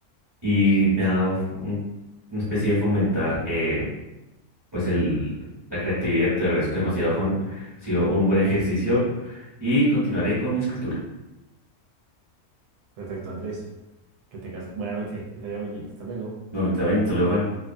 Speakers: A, on the right; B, on the right.
A: y me ha dado un- una especie de fomentar. eh, pues el, la creatividad, te lo agradezco demasiado, Juan. Ha sido un buen ejercicio y continuaré con la escritura.
B: Perfecto, Andrés. Que tengas buena noche, que te vaya muy bien. Hasta luego.
A: Nuevamente también, hasta luego, Juan.